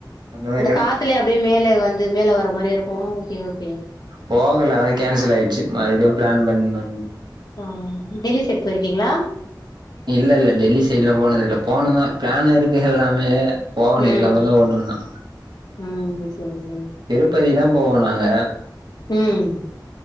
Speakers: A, on the right (about 70°); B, on the left (about 60°).
A: மாரி
B: அந்த
A: எடோ
B: காத்துலே அப்டியே மேல வந்து மேல வர மாரிருக்கு
A: போகலானா கேன்சல் ஆயிர்ச்சு மறுப்டியு ப்ளான் பண்ணண்
B: ஆ டெல்லி சைடு போய்ருக்கீங்களா
A: இல்லெல்ல டெல்லி சைடுல்லா போனதில்ல போணுதா ப்ளான் இருக்கு எல்லாமே போணு
B: ம்
A: இதுக்கப்றோ தா ஒண்ணு ஒண்ணா
B: ம் சேர்
A: திருப்பதி தா போவோ நாங்க
B: ம்